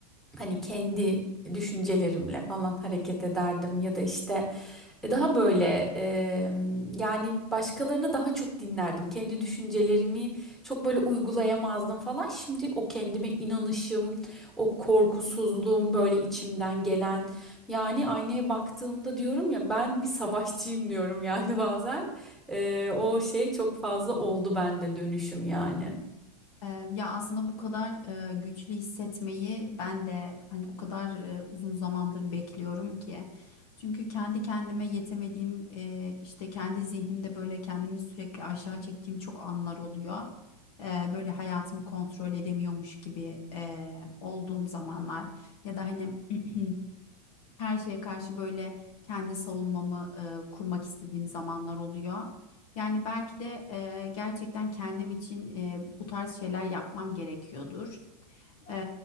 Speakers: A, in the centre; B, on the left.
A: hani kendi düşüncelerimle falan hareket ederdim ya da işte e, daha böyle e, yani başkalarını daha çok dinlerdim. Kendi düşüncelerimi çok böyle uygulayamazdım falan. Şimdi o kendime inanışım, o korkusuzluğum böyle içimden gelen yani aynaya baktığımda diyorum ya ben bir savaşçıyım diyorum yani <laughs> bazen. E, o şey çok fazla oldu bende dönüşüm yani.
B: Eee, Ya aslında bu kadar eee, güçlü hissetmeyi ben de hani o kadar eee, uzun zamandır bekliyorum ki. Çünkü kendi kendime yetemediğim eee, işte kendi zihnimde böyle kendimi sürekli aşağı çektiğim çok anlar oluyor. Eee, böyle hayatımı kontrol edemiyormuş gibi eee, olduğum zamanlar ya da hani <clears throat> Her şeye karşı böyle kendi savunmamı e, kurmak istediğim zamanlar oluyor. Yani belki de e, gerçekten kendim için e, bu tarz şeyler yapmam gerekiyordur. Eee,